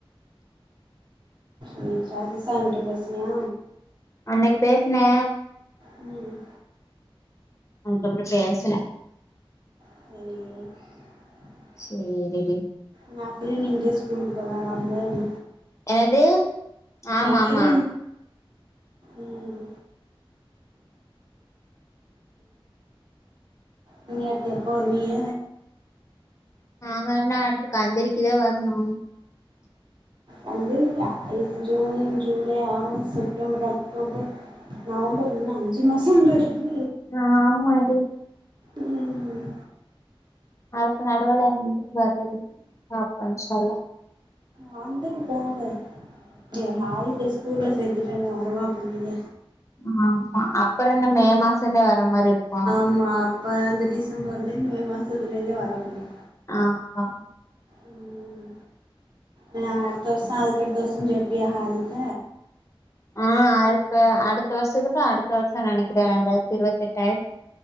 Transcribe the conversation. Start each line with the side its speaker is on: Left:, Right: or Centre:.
Right: நீ சாபீசா அங்கிட்டு பேசுனியா
Left: அன்னிக்கி பேசுனே
Right: ம்
Left: அவ கிட்ட அதுக்கப்பறோ பேசல
Right: வருவிங்க
Left: சேரி டி
Right: நா ஆஃப் டே இங்கயே ஸ்கூலுக்கு போலா ராம்லான் லீவ்
Left: என்னது ஆமா
Right: ஆ சேரி
Left: ஆமா
Right: ம் நீங்க அப்ப எப்ப வருவிய
Left: நாங்கன்னா அடுத்து கந்தரிக்கிதா வர்ணு
Right: வந்து ஐ June July August September October November உன்னு அஞ்சு மாசம்ல இருக்கு
Left: ஆ ஆமாடி
Right: ம் ம்
Left: அதுக்கு நடவுள எங்குட்டு வரது வாப்பா இன்ஷா அல்லா
Right: வந்துட்டு போங்க நீ
Left: ம்
Right: ஹாய்பே ஸ்கூல்ல சேத்துட்டா என்ன வரவா போறீங்க
Left: ஆ ஆமா அப்புறோ இந்த மே மாசோந்தா வர்ற மாரி இருக்கோ
Right: ஆமா அப்ப அந்த டிசம்பர்லயு மே மாசத்துலயுந்தா வர முடியு
Left: ஆமா
Right: ம் நா அடுத்த வருசோ
Left: ம்
Right: அதுக்கடுத்த வருசோ சேப்பியா ஹாயித்த
Left: ஆ அடுத்த அடுத்த வருஷத்துக்கு அடுத்த வருஷோ நெனைக்கிற ரெண்டாயிரத்தி இருவத்தெட்டாயிடோ